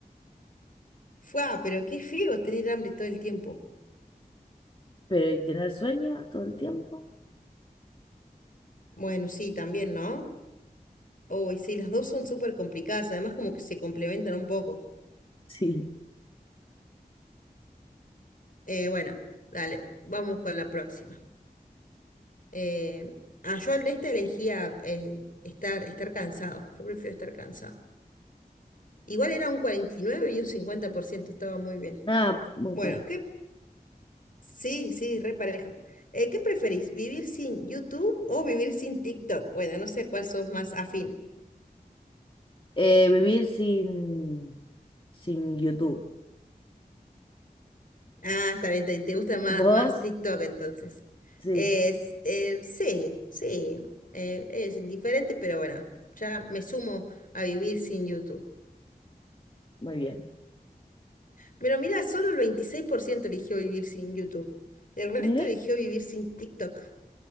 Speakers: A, on the left; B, on the left.
A: fua, pero qué feo tener hambre todo el tiempo.
B: pero ¿y tener sueño todo el tiempo? <laughs>
A: Bueno, sí, también, ¿no? Uy, sí, las dos son súper complicadas, además como que se complementan un poco.
B: Sí,
A: Eh, bueno, dale, vamos con la próxima. Eh, ah, yo en esta elegía eh, estar, estar cansado, yo prefiero estar cansado. Igual era un 49 y nueve y un 50% estaba muy bien.
B: nada, muy
A: Bueno,
B: parejo.
A: ¿qué? Sí, sí, re parejo. Eh, ¿qué preferís, vivir sin YouTube o vivir sin TikTok? Bueno, no sé cuál sos más afín.
B: Eh, vivir sin, sin YouTube.
A: Ah, está bien, te, te gusta más,
B: ¿Vos?
A: más TikTok entonces.
B: Sí,
A: Es, eh, sí, sí, eh, es indiferente, pero bueno, ya me sumo a vivir sin YouTube.
B: muy bien.
A: Pero mira, solo el 26% eligió vivir sin YouTube. El resto
B: Mira,
A: eligió vivir sin TikTok.